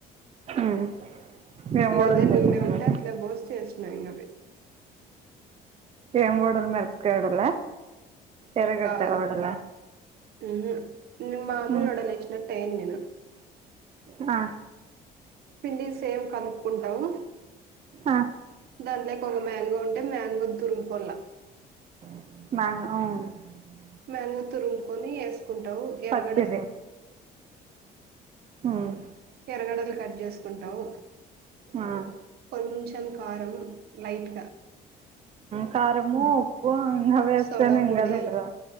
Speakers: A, on the right; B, on the right.
A: హ్మ్ ఏం
B: ఇంగ
A: వడలు
B: అదే
A: చేసిండ్రు
B: నూనె ఉంటే అట్లే బోసి చేసిన ఇంకవి
A: ఏంబోడలు మెరపకాయ్ వడల ఎరగడ్డ
B: కాదు
A: వడలా
B: <unintelligible>
A: హ్మ్ ఆ
B: పిండి సేమ్ కల్పుకుంటము
A: ఆ
B: దాంట్లోకి ఒక మ్యాంగో ఉంటే మ్యాంగో తురుముకోళ
A: <unintelligible>
B: మ్యాంగో తరుముకొని వేసుకుంటావు ఎరగడ
A: పచ్చిది హ్మ్
B: ఎరగడలు కట్ చేసుకుంటావ్
A: ఆ
B: కొంచం కారం లైట్గ
A: కారము ఉప్పు ఇంగ వేస్తేనె
B: సోడా
A: ఇంగ
B: పొడి,
A: అవే కదా